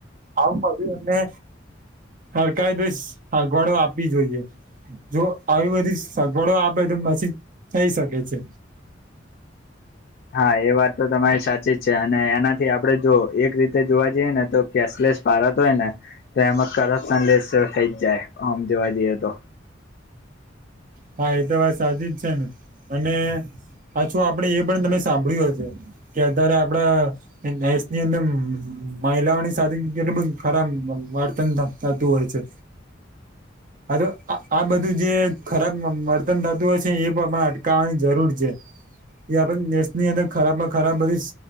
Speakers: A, on the right; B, on the left.
A: આવુ પછી એમને સરકારે તો સગવાડો આપવી જોઈએ જો આવી બધીસ સગવડો આપે તો મશીજ થઇ શકે છે.
B: હા એ વાત તો તમારી સાચી જ છે અને એનાથી આપણેે જો એક રીતે જોવા જઈએ ને તો કેશલેસ ભારત હોય ને તો એમાં કરપ્શન લેસ થઈ જ જાય ઓમ જોવા જઈએ તો.
A: હા એ તો વાત સાચી જ છે ને અને અછવા આપડે એ પણ તમે સાંભળ્યું હશે, કે અતારે આપડા <unintelligible> અંદ અમ્મ મહિલાઓની સાથે કેટલું બધું ખરામ વર્તન થ થતું હોય છે. અર આ-આ બધું જે ખરાબ મમ વર્તન થતું હોય છે એ પણ <unintelligible> અટકાવવાની જરૂર છે. એ આપણે નેશની અંદર ખરાબ માં ખરાબ બધીસ